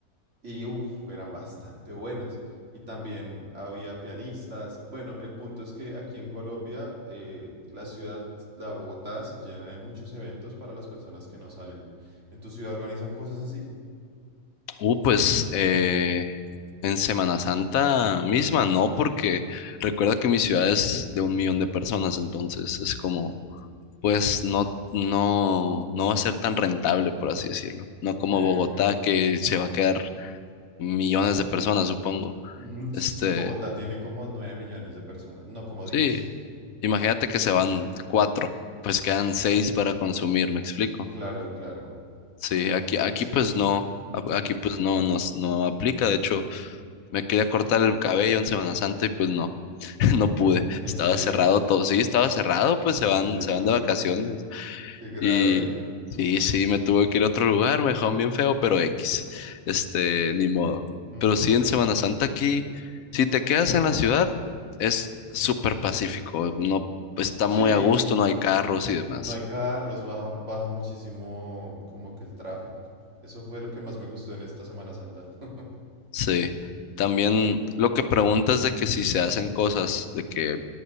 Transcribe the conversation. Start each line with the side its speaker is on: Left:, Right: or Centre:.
Right: y uf, eran bastante buenos. Y también había pianistas. Bueno, el punto es que aquí en Colombia, eh, la ciudad, la Bogotá, se llena de muchos eventos para las personas que no salen. ¿En tu ciudad organizan cosas así?
Left: Uh, pues eh, en Semana Santa misma, no, porque recuerda que mi ciudad es de un millón de personas, entonces es como, pues no, no, no va a ser tan rentable, por así decirlo. No
Right: Ok,
Left: como Bogotá,
Right: ok.
Left: que se va a quedar millones de personas, supongo.
Right: Mm, sí,
Left: Este,
Right: Bogotá tiene como 9 millones de personas, no como
Left: sí,
Right: diez
Left: imagínate que se van cuatro, pues
Right: <sniffs>
Left: quedan seis para consumir, ¿me explico?
Right: Claro, claro,
Left: Sí, aquí, aquí
Right: es cierto.
Left: pues no, a- aquí pues no, no, no aplica, de hecho. Me quería cortar el cabello en Semana Santa y pues no, <laughs> no pude.
Right: ¿En
Left: Estaba
Right: serio?
Left: cerrado todo. Sí, estaba cerrado, pues
Right: Oye,
Left: se van, se
Right: pero
Left: van de vacaciones.
Right: qué grave.
Left: Y sí, sí, me tuve que ir a otro lugar, me dejaron bien feo, pero X. Este, ni modo.
Right: Mm.
Left: Pero sí, en Semana Santa aquí, si te quedas en la ciudad, es súper pacífico. No, está
Right: Sí,
Left: muy a gusto, no hay carros y demás.
Right: No hay carros, baja, baja muchísimo como que el tráfico. Eso fue lo que más me gustó en esta Semana Santa. <laughs>
Left: Sí. También lo que preguntas de que si se hacen cosas, de que